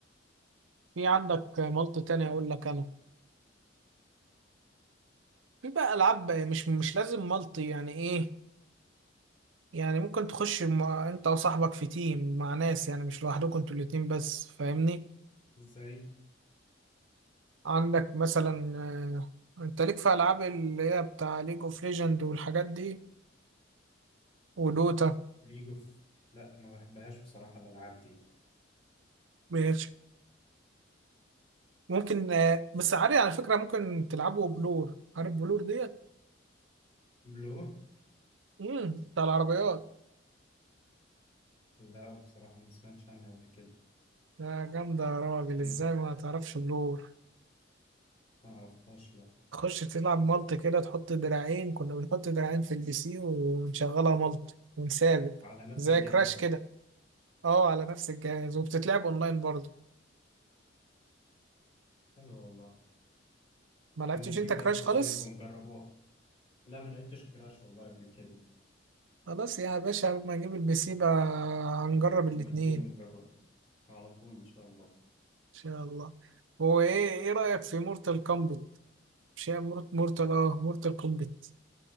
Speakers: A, on the right (about 85°); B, on the left (about 30°).
A: في عندك مالتي تاني اقول لك انا في بقى العاب مش مش لازم مالتي يعني ايه يعني ممكن تخش مع انت وصاحبك في تيم مع ناس يعني مش لوحدكم انتوا الاتنين بس فاهمني
B: إزاي
A: عندك مثلا آه، انت ليك في العاب اللي هي بتاع ليج اوف ليجند والحاجات دي ودوتا
B: ليج أوف لأ ما بحبهاش بصراحة الألعاب دي
A: ماشي ممكن آه، بس عادي على فكرة ممكن تلعبوا بلور عارف بلور ديت
B: بلور
A: امم بتاع العربيات
B: لأ بصراحة ما سمعتش عنها قبل كده
A: ده جامدة يا راجل
B: إيه
A: ازاي ما تعرفش بلور
B: ما أعرفهاش لأ
A: تخش تلعب مالت كده تحط دراعين كنا بنحط دراعين في البي سي ونشغلها مالت ونسابق
B: على نفس
A: زي
B: الجهاز
A: كراش كده اه على نفس الجهاز وبتتلعب اونلاين برضه
B: حلو والله
A: ما لعبتش
B: لما تجيب
A: انت كراش
B: بقى البي
A: خالص
B: سي نبقوا نجربوها لا ما لعبتش كراش والله قبل كده
A: خلاص يا باشا لما اجيب البي سي بقى هنجرب
B: لما
A: الاتنين
B: تجيبوا
A: ان
B: نجربه على طول إن شاء الله
A: شاء الله هو ايه ايه رأيك في مورتال كومبت مش هي مورت مورتال اه مورتال كومبت